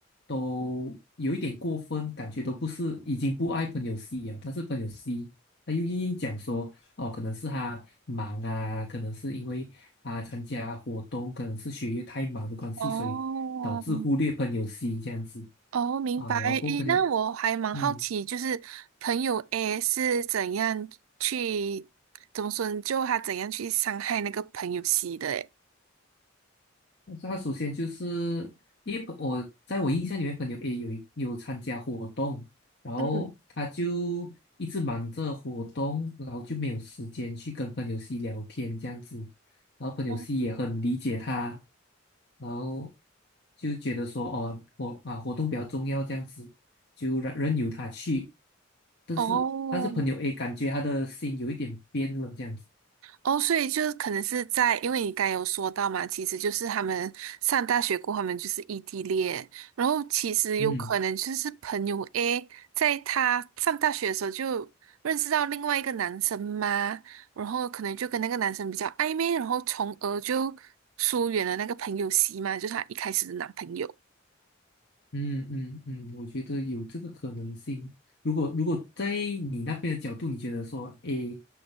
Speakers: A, on the left; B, on the right.
A: 都有一点过分，感觉都不是已经不爱朋友 C 了，但是朋友 C 他又硬硬讲说，哦，可能是他忙啊，可能是因为他参加活动，可能是学业太忙的关系，
B: 哦，
A: 所以导致忽略朋友 C 这样子
B: 哦，明白。
A: 啊，然后过后朋友，
B: 诶，那我还蛮好奇，
A: 嗯。
B: 就是朋友 A 是怎样去，怎么说呢？就他怎样去伤害那个朋友 C 的？诶，
A: 他首先就是因为我在我印象里面，朋友 A 有一有参加活动，然后他就一直忙着活动，
B: 嗯
A: 然后就没有时间去跟朋友 C 聊天这样子，然后朋友
B: 哦，
A: C 也很理解他，然后就觉得说哦，我啊活动比较重要这样子，就让任由他去，但是但是朋友
B: 哦，
A: A 感觉他的心有一点变了这样子，
B: 哦，所以就是可能是在，因为你刚才有说到嘛，其实就是他们上大学过后，他们就是异地恋，然后其实有可能就是朋友
A: 嗯。
B: A 在他上大学的时候就认识到另外一个男生嘛，然后可能就跟那个男生比较暧昧，然后从而就疏远了那个朋友 C 嘛，就是他一开始的男朋友。
A: 嗯嗯嗯，我觉得有这个可能性。如果如果在你那边的角度，你觉得说 A